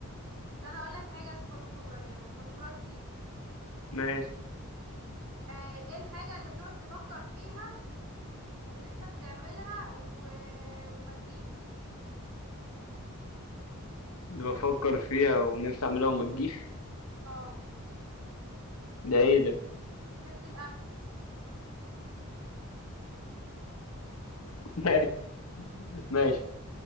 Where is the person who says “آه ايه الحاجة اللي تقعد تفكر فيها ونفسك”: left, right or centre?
Right